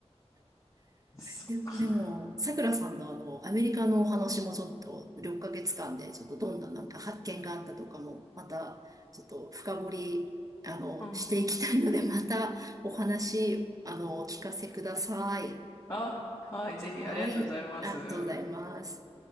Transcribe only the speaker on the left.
う。そっか。
うん。
あ、はい、ぜひありがとうございます。